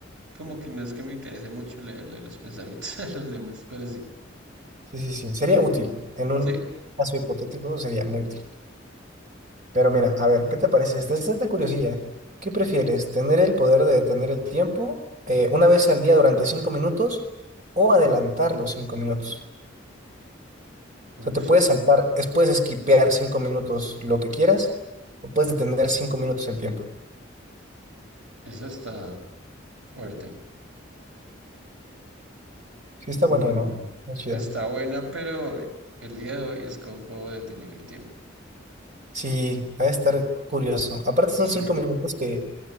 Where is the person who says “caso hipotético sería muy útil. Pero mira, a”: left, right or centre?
Right